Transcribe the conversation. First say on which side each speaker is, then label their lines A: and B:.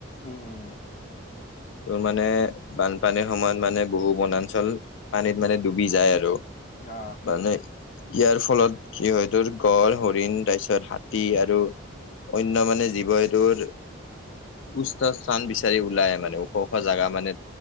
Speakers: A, on the left (about 35°); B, on the left (about 65°).
A: উ ম উম।
B: তোৰ মানে বানপানীৰ সময়ত মানে বহু বনাঞ্চল পানীত মানে ডুবি যায় আৰু।
A: আহ।
B: মানে ইয়াৰ ফলত যিহেতুৰ গড় হৰিণ তাৰপিছত হাতী আৰু অন্য মানে জীৱ এইটোৰ সুস্থ স্থান বিচাৰি ওলাই মানে ওখ ওখ জাগা মানে